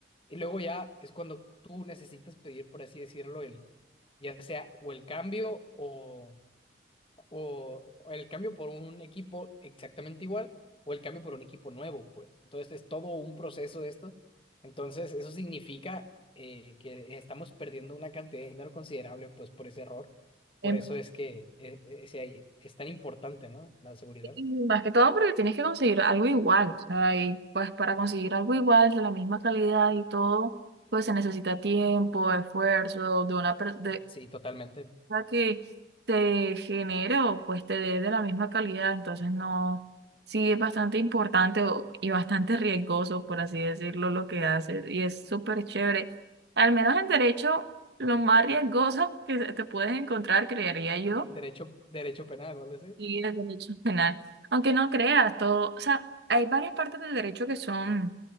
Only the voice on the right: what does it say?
Em,
y Más que todo porque tienes que conseguir algo igual, o sea, y pues para conseguir algo igual, de la misma calidad y todo, pues se necesita tiempo, esfuerzo de una persona
sea que te genero, pues te dé de la misma calidad, entonces no, sí es bastante importante o- y bastante riesgoso, por así decirlo, lo que haces y es súper chévere. Al menos en derecho, lo más riesgoso que se- te puedes encontrar, creería
yo,
y el derecho penal. Aunque no creas todo, o sea, hay varias partes del derecho que son,